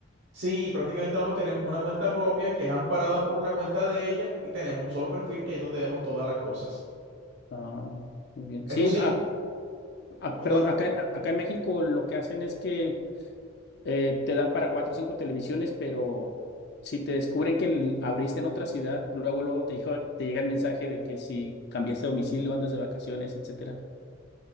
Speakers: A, on the right; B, on the left.
A: Sí, prácticamente nosotros tenemos una cuenta propia que es amparada por la cuenta de ella y tenemos un solo perfil que es donde vemos todas las cosas.
B: Ah, muy bien.
A: Eso
B: Sí,
A: sí,
B: ac- ac-
A: cuando...
B: perdón, acá, en- acá en México lo que hacen es que eh, te dan para cuatro o cinco televisiones, pero si te descubren que el- abriste en otra ciudad, luego, luego te, dijo- te llega el mensaje de que si cambiaste de domicilio, andas de vacaciones, etcétera.